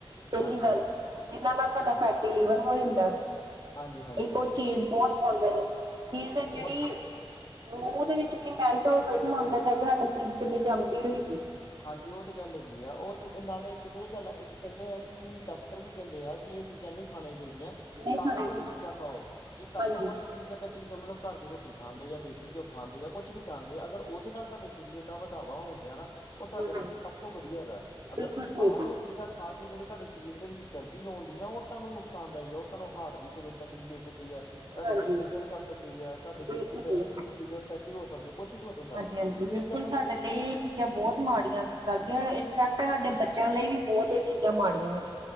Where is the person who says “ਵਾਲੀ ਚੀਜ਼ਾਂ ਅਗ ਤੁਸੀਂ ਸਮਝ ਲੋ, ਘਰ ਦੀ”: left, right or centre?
Left